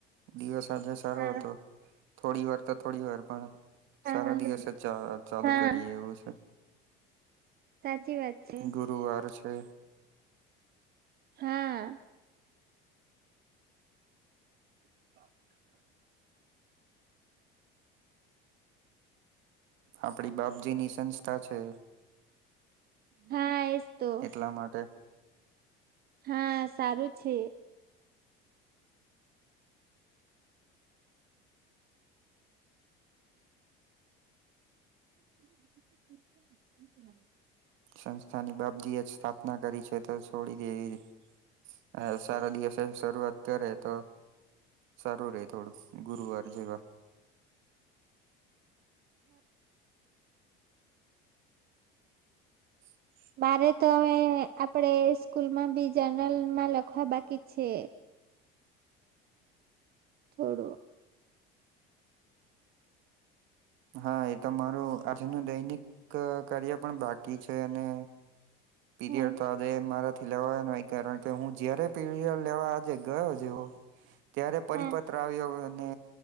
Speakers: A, on the right (about 70°); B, on the right (about 50°).
A: દિવસ આજે સારો
B: હા
A: હતો થોડી વાર તો થોડી વાર પણ
B: હા
A: સારા દિવસે ચા ચાલુ
B: હા
A: કરીએ એવું છે.
B: સાચી વાત છે
A: ગુરુવાર છે.
B: હા <inaudible>
A: આપડી બાપજી ની સંસ્થા છે.
B: હા એસ તો
A: એટલા માટે
B: હા સારું છે. <inaudible> <inaudible>
A: સંસ્થાની બાપજીએ જ સ્થાપના કરી છે તો છોડી દેવી. અ સારા દિવસે શરૂઆત કરે તો સારું રહેે થોડું ગુરુવાર જેવા. <inaudible>
B: મારે તો હવે આપડે સ્કૂલમાં બીજા નલમાં લખવા બાકી છે. થોડું
A: હા એ તો મારું આજનું દૈનિક ક કાર્ય પણ બાકી છે અને પીરિયડ
B: હા
A: તો આજે મારાથી લેવાયો નહીં કારણ કે હું જયારે પીરિયડ લેવા આજે ગયો જેવો ત્યારે પરિપત્ર
B: હા
A: આવ્યો અને